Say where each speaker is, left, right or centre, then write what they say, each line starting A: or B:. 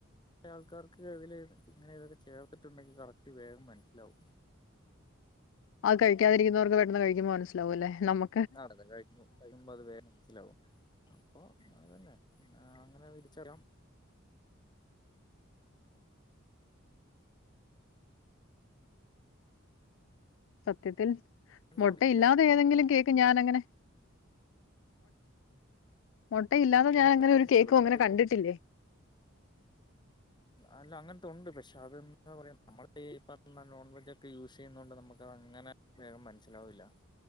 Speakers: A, on the left; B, on the left.
A: ആൾക്കാർക്ക് ഇതിൽ ഇങ്ങനെ ഇതൊക്കെ ചേർത്തിട്ടുണ്ടെങ്കിൽ കറക്റ്റ് വേഗം മനസ്സിലാവും
B: അത് കഴിക്കാതിരിക്കുന്നർക്ക് പെട്ടെന്ന് കഴിക്കുമ്പോ മനസിലാവൂല്ലേ നമ്മു
A: നാടന്ന് കഴിക്കും കഴിക്കുമ്പോ അത് വേ ലാവും അപ്പോ അതന്നെ അങ്ങനെ വിരിച്ചല്ലാം
B: സത്യത്തിൽ മുട്ടയില്ലാതെ
A: ഉണ്ട്
B: ഏതെങ്കിലും കേക്ക് ഞാൻ അങ്ങനെ മുട്ടയില്ലാതെ
A: അങ്ങനത്തെ
B: ഞാൻ അങ്ങനെ ഒരു
A: ഉണ്ട്
B: കേക്കും
A: പക്ഷെ
B: അങ്ങനെ
A: അത്
B: കണ്ടിട്ടില്ലേ
A: അല്ല അങ്ങൻത്തെ ഉണ്ട് പക്ഷെ അത എന്താ പറയാ നമ്മൾ ഈ പർഞ്ഞ നോൺ വെജാക്കെ യൂസ് ചെയ്യ്‌ണോണ്ട് നമുക്കതങ്ങനെ വേഗം മനസ്സിലാവൂല്ല